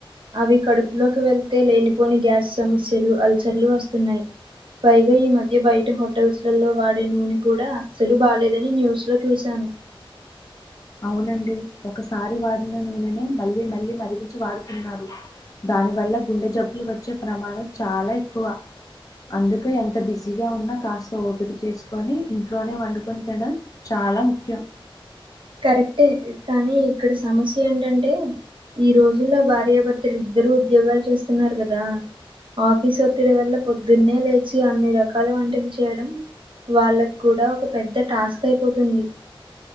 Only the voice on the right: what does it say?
అవి కడుపులోకి వెళ్తే లేనిపోని గ్యాస్ సమస్యలు అల్సర్ లు వస్తున్నాయ్ పైగా ఈ మధ్య బయట హోటల్స్ లల్లో వాడే నూనె కూడా అస్సలు బాలేదని న్యూస్ న్యూస్లో చూశాను
కరెక్టే కానీ ఇక్కడ సమస్య ఏంటంటే ఈ రోజుల్లో భార్యాభర్తలు ఇద్దరు ఉద్యోగాలు చేస్తున్నారు కదా ఆఫీస్ ఒత్తిడి వల్ల పొద్దున్నే లేచి అన్ని రకాల వంటలు చేయడం వాళ్ళకు కూడా ఒక పెద్ద టాస్క్ అయిపోతుంది